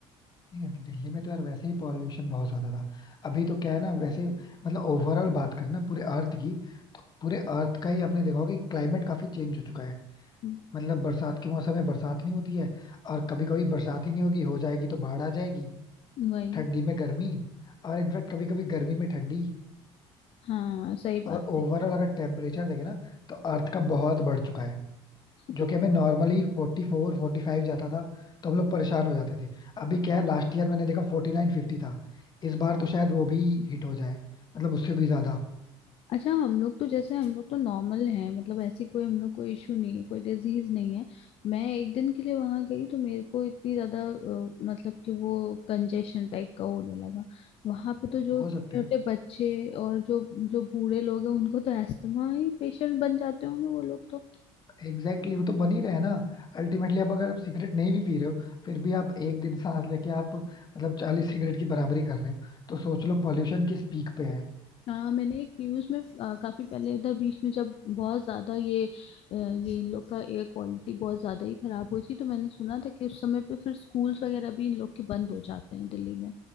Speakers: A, on the left; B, on the left.
A: नहीं, दिल्ली में तो यार वैसे ही पॉल्यूशन बहुत ज्यादा था अभी तो क्या है ना वैसे मतलब ओवरऑल बात करें ना पूरे अर्थ की तो पूरे अर्थ का ही आपने देखा होगा कि क्लाइमेट काफी चेंज हो चुका है
B: हम्म,
A: मतलब बरसात के मौसम में बरसात नहीं होती है और कभी कभी बरसात ही नहीं होगी हो जाएगी तो बाढ़ आ जाएगी
B: वही
A: ठंडी में गर्मी और इनफैक्ट कभी कभी गर्मी में ठंडी
B: हाँ सही बात
A: और ओवरऑल
B: है
A: अगर टेम्परेचर देखे ना तो अर्थ का बहुत बढ़ चुका है
B: हाँ, तो
A: जो कि हमें normally forty four forty five जाता था तो हम लोग परेशान हो जाते थे अभी क्या है लास्ट ईयर मैंने देखा फोर्टी नाइन फिफ्टी था इस बार तो शायद वो भी हिट हो जाए मतलब उससे भी ज्यादा
B: अच्छा हम लोग तो जैसे हम लोग तो नॉर्मल हैं मतलब ऐसी कोई हम लोग को इशू नहीं है कोई डिजीज नहीं है मैं एक दिन के लिए वहां गई तो मेरे को इतनी ज्यादा अ, मतलब कि वो कंजेशन टाइप का होने लगा वहां पे तो जो
A: हो सकता
B: छोटे
A: है
B: बच्चे और जो जो बूढ़े लोग हैं उनको तो अस्थमा ही पेशेंट बन जाते होंगे वो लोग तो
A: एग्जैक्टली exactly, वो तो बन ही रहे हैं ना अल्टीमेटली अब अगर आप सिगरेट नहीं भी पी रहे हो फिर भी आप एक दिन सांस लेके आप मतलब चालीस सिगरेट की बराबरी कर रहे हो तो सोच लो पॉल्यूशन किस पीक पे है
B: हाँ मैंने एक न्यूज में अ, काफी पहले उधर बीच में जब बहुत ज्यादा ये अ, ये इन लोग का एयर क्वालिटी बहुत ज्यादा ही खराब हुई थी तो मैंने सुना था कि उस समय पे फिर स्कूल्स वगैरह भी इन लोग के बंद हो जाते हैं दिल्ली में